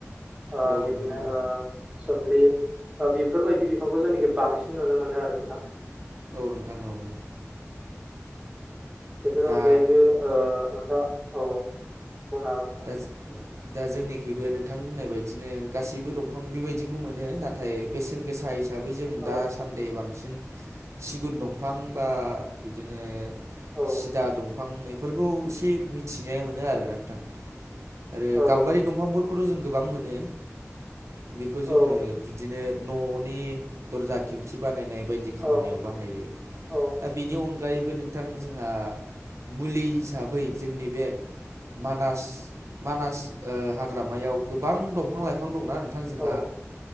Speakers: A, on the right (about 20°); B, on the right (about 65°).
A: ओ
B: औ
A: बिदिनो
B: नोंथां औ
A: ओ सोमलि बेफोरबायदि बिफांखौ जायनाखि बांसिन नुनो मोनो आरो नोंथां
B: औ नोंथां औ
A: बेफोरनि
B: दा
A: अनगायैबो ओ नोंथाङा औ बुंनो हागोन नोंथां
B: दाज दा जोंनिखबो नोंथांनि बुंनाय बायदिनो गासैबो दंफां बेबायदिखौ मोनो नाथाय बेसेन गोसा हिसै जों दा
A: औ
B: सान्दै बांसिन सिगुन दंफां बा बिदिनो
A: औ
B: सिदा दंफां ऐफोरखौ एसे मिथिनाय मोनो आरो नोंथां आरो
A: औ
B: गाम्बारि
A: नोंथां
B: दंफांफोरखौथ' जों गोबां मोनो बेखौ जोङो
A: औ
B: बिदिनो न'नि दरजा खिरखि बानायनाय बायदि खामानियाव
A: औ
B: बाहायो
A: औ
B: दा बेनि अनगायैबो नोंथां जोंहा मुलि हिसाबै जोंनि बे मानास मानास ओ हाग्रामायाव गोबां दंफां लाइफां दंना नोंथां जोंहा
A: औ